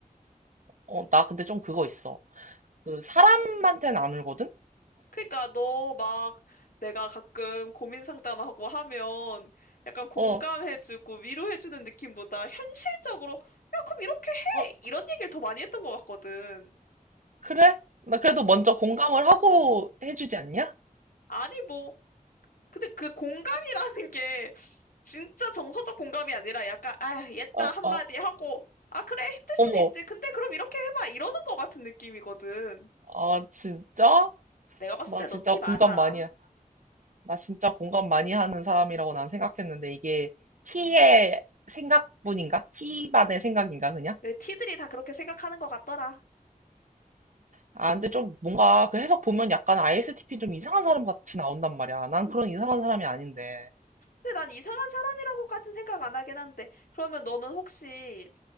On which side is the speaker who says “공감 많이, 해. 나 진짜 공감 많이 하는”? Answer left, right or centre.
Right